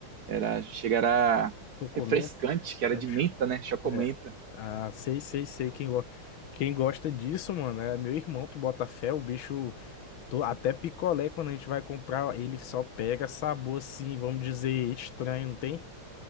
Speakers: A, on the right; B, on the left.
A: Era, chegará
B: Tô comendo,
A: refrescante, que era
B: é,
A: de
B: o bicho,
A: menta, né? Chocomenta.
B: é. Ah, sei, sei, sei quem gosta. Quem gosta disso, mano, é meu irmão, tu bota fé, o bicho Tô- Até picolé, quando a gente vai comprar, ele só pega sabor assim, vamos dizer, estranho, não tem?